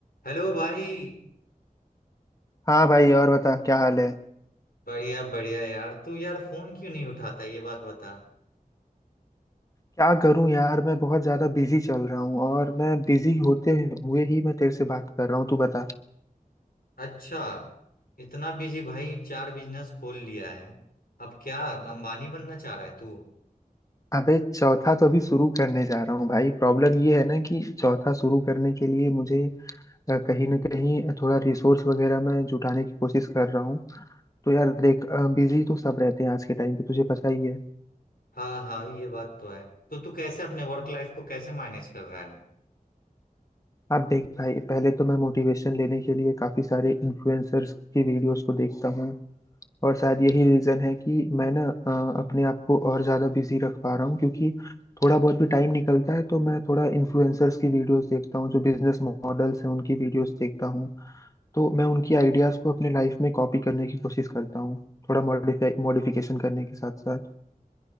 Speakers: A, on the left; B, on the left.
A: Hello भाई
B: हाँ भाई और बता क्या हाल है
A: बढ़िया बढ़िया यार तू यार फोन क्यों नहीं उठाता ये बात बता
B: क्या करूं यार मैं बहुत ज्यादा बिजी चल रहा हूँ और मैं बिजी होते हुए ही मैं तेरे से बात कर रहा हूँ तू बता
A: अच्छा इतना बिजी भाई चार बिजनेस खोल लिया है अब क्या अंबानी बनना चाह रहा है तू
B: अबे चौथा तो अभी शुरू करने जा रहा हूँ भाई प्रॉब्लम ये है ना कि चौथा शुरू करने के लिए मुझे अ, कहीं ना कहीं थोड़ा रिसोर्स वगैरह मैं जुटाने की कोशिश कर रहा हूँ तो यार देख बिजी तो सब रहते हैं आज के टाइम पे तुझे पता ही है
A: हाँ हाँ ये बात तो है तो तू कैसे अपने वर्क लाइफ को कैसे मैनेज कर रहा है
B: अब देख भाई पहले तो मैं मोटिवेशन लेने के लिए काफी सारे इन्फ्लुएंसर्स की वीडियोस को देखता हूँ और शायद यही रीज़न है कि मैं ना अ, अपने आप को और ज़्यादा बिजी रख पा रहा हूँ क्योंकि थोड़ा बहुत भी टाइम निकलता है तो मैं थोड़ा इन्फ्लुएंसर्स की वीडियोस देखता हूँ जो बिजनेस मॉडल्स हैं उनकी वीडियोस देखता हूँ तो मैं उनकी आइडियाज़ को अपने लाइफ में कॉपी करने की कोशिश करता हूँ थोड़ा मॉडिफाई मॉडिफिकेशन करने के साथ साथ